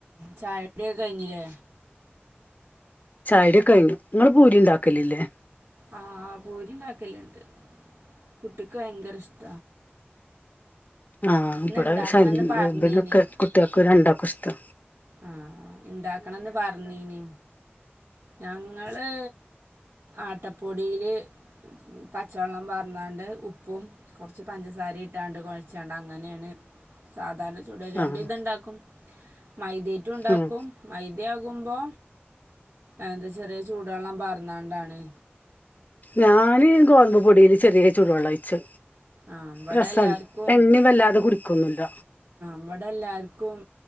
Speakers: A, on the right (about 80°); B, on the left (about 40°).
A: ചായടിയൊക്കെ കഴിഞ്ഞില്ലേ
B: ചായടടിക്ക കഴിഞ്ഞു നിങ്ങള് പൂരി ഉണ്ടാക്കലല്ലേ
A: ആഹ പൂരി ണ്ടാക്കല്ുണ്ട് കുട്ടിക്ക് ഭയങ്കര ഇഷ്ട
B: ആഹ ഇവിടെ
A: ഇണ്ടാക്കണംന്ന് പറഞ്ഞീനി
B: പിന്നെ കുട്ടിയക്ക് രണ്ടാാ ക്കൊക്കെ ഇസ്ഷ്ടാ
A: ആഹ ഇണ്ടാക്കണംന്ന് പറഞ്ഞന ഞങ്ങള് ആട്ടപ്പൊടിയില് പച്ചവെള്ളം പററന്നാണ്ട് ഉപ്പും കുറച്ച് പഞ്ചസാര ഇട്ടാണ്ട് കുഴിച്ചാണ്ട് അങ്ങനെയാണ് സാധാരണ ചുടല് രണ്ടും
B: ആഹ്
A: ഇതുണ്ടാക്കും മൈതേറ്റും ഉണ്ടാക്കും
B: ആഹ്
A: മൈദ്യ ആകുമ്പോ എന്താ ചെറിയ ചൂടുവെള്ളം പറർന്നാണ്ടാണ്
B: ഞാന് ഗോതമ്പ് പൊടിയില് ചെറിയ ചൂടുവെള്ളം ഒഴിച്ച്
A: ആഹ് ഇവിടെ
B: രസമാണ്
A: എല്ലാവർക്കും
B: എണ്ണയും വല്ലാതെ കുടിക്കൊന്നുല്ല
A: ഇവിടെ എല്ലാർക്കും